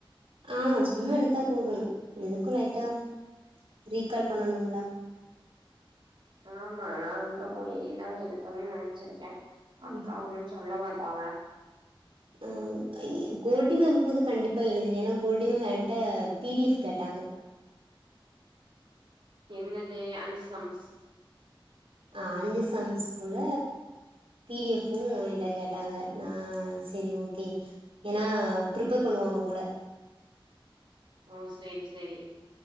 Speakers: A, on the right; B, on the right.
A: ஆமா சும்மா எடுத்தா போது எதுக்கு லைட்டா ரீகால் பண்ணனும்ல
B: ஆமா நா அங்க போய்தா எடுக்கனு நெனச்சிருக்கே அக்கா
A: ம்
B: ஒன்னு சொல்ல மாட்டாங்க
A: ம் கோல்டி மேம் குடுது க கண்டிப்பா எழுதிரு ஏன்னா கோல்டி மேம் என்ட்ட பி டி எஃப் கேட்டாங்க
B: என்னது அஞ்சு சம்ஸ்
A: ஆ அஞ்சு சம்ஸ்குள்ள பி டி எஃபு என்ட்ட கேட்டாங்க நா செரி ஓகே ஏன்னா ப்ரிப்பர் பண்ணுவாங்க போல
B: ஓ சேரி சேரி